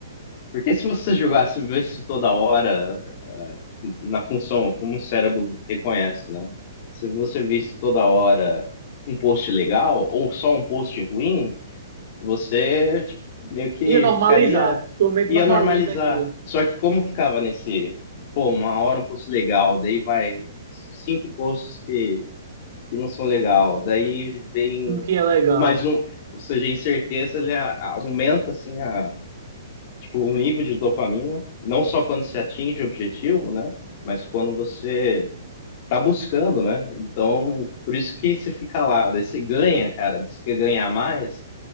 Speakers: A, on the left; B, on the right.
A: Porque se você jogasse, vivesse toda hora na função, como o cérebro reconhece, né? Se você visse toda hora um post legal ou só um post ruim, você tipo, meio que
B: e normalizar.
A: ficaria,
B: Sua mente
A: ia
B: normaliza
A: normalizar.
B: aquilo.
A: Só que como ficava nesse, pô, uma hora um post legal, daí vai cinco posts que, que não são legal, daí vem
B: O que é legal.
A: o mais um, ou seja, a incerteza ele a- aumenta assim a Tipo, o nível de dopamina, não só quando se atinge o objetivo, né? Mas quando você tá buscando, né? Então, por isso que você fica lá, daí você ganha, cara, você quer ganhar mais,